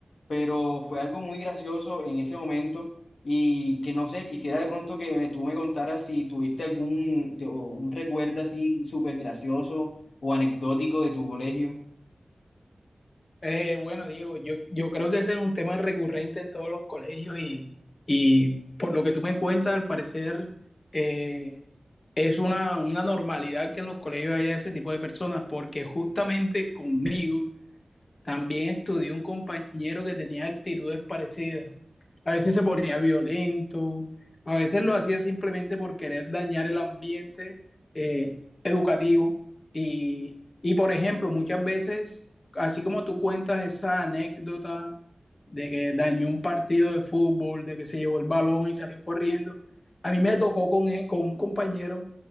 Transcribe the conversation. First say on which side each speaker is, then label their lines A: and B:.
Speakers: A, on the left; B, on the left.
A: pero fue algo muy gracioso en ese momento. Y que no sé, quisiera de pronto que me, tú me contaras si tuviste algún te- o un recuerdo así súper gracioso o anecdótico de tu colegio.
B: Eh, bueno, Diego, yo, yo creo que ese es un tema recurrente en todos los colegios y, y por lo que tú me cuentas, al parecer eh, es una, una normalidad que en los colegios haya ese tipo de personas, porque justamente conmigo... También estudié un compañero que tenía actitudes parecidas. A veces se ponía violento, a veces lo hacía simplemente por querer dañar el ambiente eh, educativo. Y, y, por ejemplo, muchas veces, así como tú cuentas esa anécdota de que dañó un partido de fútbol, de que se llevó el balón y salió corriendo, a mí me tocó con, él, con un compañero